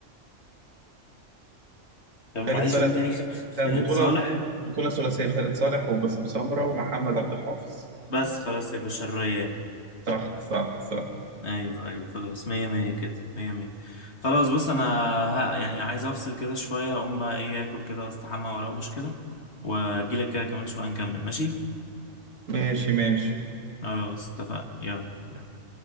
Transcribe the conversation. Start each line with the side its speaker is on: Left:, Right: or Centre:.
Left: طب
Right: خالد
Left: معلش
Right: صالح
Left: قول تاني خ... خ-
Right: كان
Left: خالد
Right: بطولة
Left: صالح
Right: بطولة ثلاثية خالد صالح وباسم سمرة ومحمد عبد الحافظ
Left: بس خلاص يا باشا الريان
Right: صح صح صح
Left: ايوه ايوه خلاص مية مية كده مية مية خلاص بص انا ها يعني عايز افصل كده شوية اقوم بقى ايه اكل كده واستحمى واروش كده واجيلك كده كمان شوية نكمل ماشي
Right: ماشي ماشي
Left: خلاص اتفقنا يلا يلا.